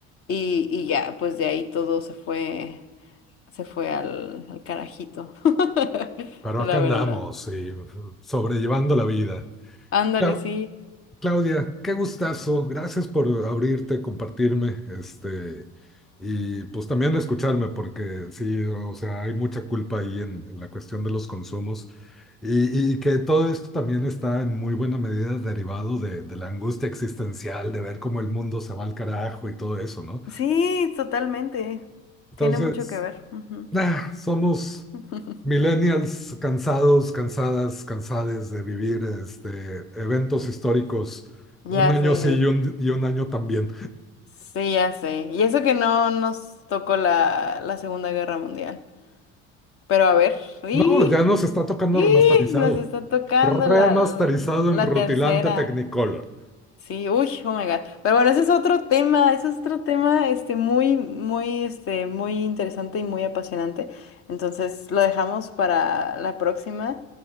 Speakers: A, on the left; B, in the centre.
A: Y, y ya, pues de ahí todo se fue, se fue al, al carajito, <laughs>
B: Pero
A: la
B: acá
A: verdad.
B: andamos, sí, sobrellevando la vida.
A: Ándale,
B: La-
A: sí.
B: Claudia, qué gustazo. Gracias por abrirte, compartirme, este, y pues también escucharme, porque sí, o sea, hay mucha culpa ahí en, en la cuestión de los consumos. Y, y que todo esto también está en muy buena medida derivado de, de la angustia existencial, de ver cómo el mundo se va al carajo y todo eso, ¿no?
A: Sí, totalmente.
B: Entonces,
A: Tiene mucho que ver. Ujú.
B: Ah, somos
A: <laughs>
B: millennials cansados, cansadas, cansades de vivir este, eventos históricos
A: Ya
B: un año
A: sé,
B: sí y un, y un año también.
A: sí, ya sé. Y eso que no nos tocó la, la Segunda Guerra Mundial. Pero a ver, ¡y!
B: No, ya nos está tocando
A: ¡y!
B: remasterizado.
A: Nos está tocando
B: Remasterizado
A: la, la
B: en rutilante
A: tercera.
B: Technicolor.
A: Sí, uy, oh my God. Pero bueno, ese es otro tema, ese es otro tema, este, muy, muy, este, muy interesante y muy apasionante. Entonces, lo dejamos para la próxima.